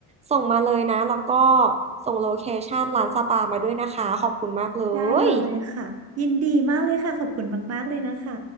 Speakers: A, on the right (about 20°); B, on the right (about 40°).
A: ส่งมาเลยนะแล้วก็ส่งโลเคชันร้านสปามาด้วยนะคะขอบคุณมากเลย
B: ได้เลยค่ะยินดีมากเลยค่ะขอบคุณมากๆเลยนะคะ